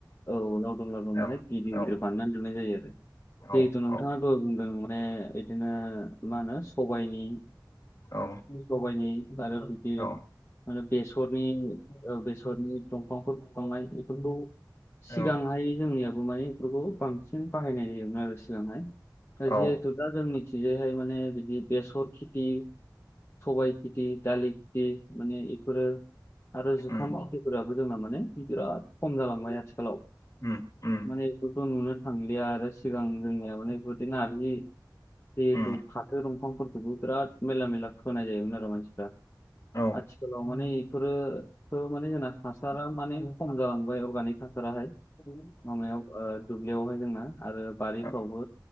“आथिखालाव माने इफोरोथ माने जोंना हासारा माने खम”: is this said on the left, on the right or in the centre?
Left